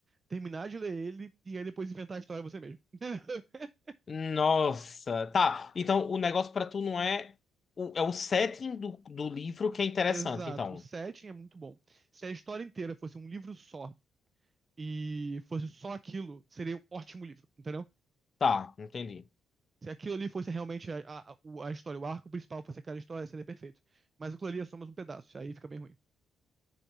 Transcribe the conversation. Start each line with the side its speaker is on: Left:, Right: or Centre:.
Right: terminar de ler ele e aí depois inventar a história você mesmo. <laughs>
Left: Nossa. Tá, então o negócio pra tu não é. o- é o setting do, do livro que é interessante,
Right: Exato.
Left: então.
Right: O setting é muito bom. Se a história inteira fosse um livro só e fosse só aquilo, seria um ótimo livro, entendeu?
Left: Tá, entendi.
Right: Se aquilo ali fosse realmente a, a, o- a história, o arco principal fosse aquela história, seria perfeito. Mas aquilo ali é só mais um pedaço, aí fica bem ruim.